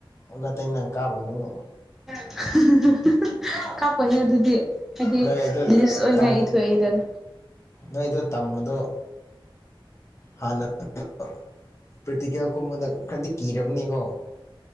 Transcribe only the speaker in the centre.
ꯍꯥ ꯍꯥꯍꯥ ꯍꯥ <unintelligible> ꯀꯥꯞꯄꯣꯢꯍꯦ ꯑꯗꯨꯗꯤ ꯍꯥꯏꯗꯤ
ꯍꯥꯏꯗꯤ ꯂꯤꯁ ꯑꯣꯏꯅ
ꯏꯊꯣꯛꯏꯗꯅ